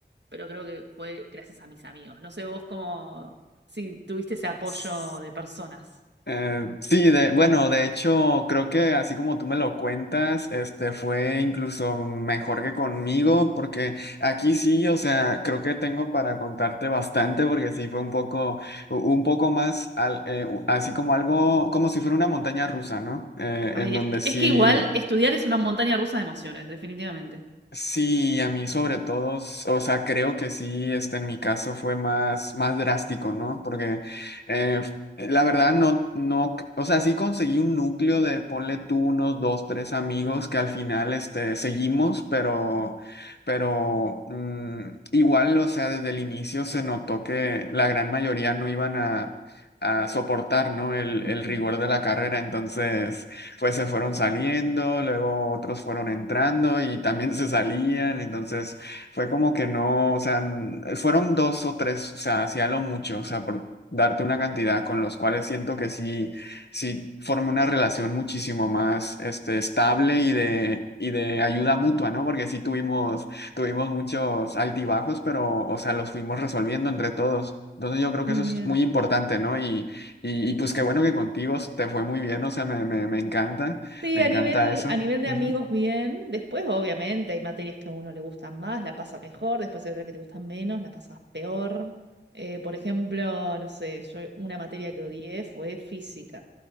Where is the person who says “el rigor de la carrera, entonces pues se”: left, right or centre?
Left